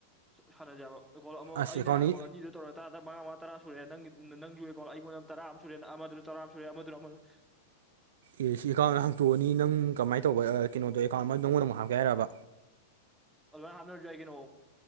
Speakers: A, in the centre; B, on the right.
A: ꯁꯥꯟꯅꯖꯦꯕ ꯑꯦꯀꯥꯎꯟ ꯑꯃꯨꯛ
B: ꯑꯁ
A: ꯑꯩꯅ
B: ꯑꯦꯀꯥꯎꯟꯅꯤ
A: ꯑꯦꯀꯥꯋꯜ ꯑꯅꯤꯗꯨ ꯇꯧꯔꯛ ꯇꯔꯥ ꯇꯔꯥ ꯃꯉꯥ ꯃꯉꯥ ꯇꯔꯥ ꯁꯨꯔꯦ ꯅꯪꯒꯤ ꯅꯅꯪꯖꯨ ꯑꯦꯀꯥꯎꯟ ꯑꯩꯉꯣꯟꯗ ꯇꯔꯥ ꯑꯃ ꯁꯨꯔꯦ ꯑꯃꯗꯨꯅ ꯇꯔꯥ ꯑꯃꯨꯛ ꯁꯨꯔꯦ ꯑꯃꯗꯨꯅ ꯑꯃ <unintelligible>
B: ꯑꯦ ꯁꯤ ꯑꯦꯀꯥꯎꯟ ꯍꯥꯡꯇꯣꯛꯑꯅꯤ ꯅꯪ ꯀꯃꯥꯏ ꯇꯧꯕ ꯀꯩꯅꯣꯗꯣ ꯑꯦꯀꯥꯎꯟ ꯑꯃ ꯅꯉꯣꯟꯗ ꯑꯃꯨꯛ ꯍꯥꯞꯀꯦ ꯍꯥꯏꯔꯕ
A: ꯑꯗꯨꯃꯥꯏꯅ ꯍꯥꯞꯅꯔꯨꯁꯨ ꯀꯩꯅꯣ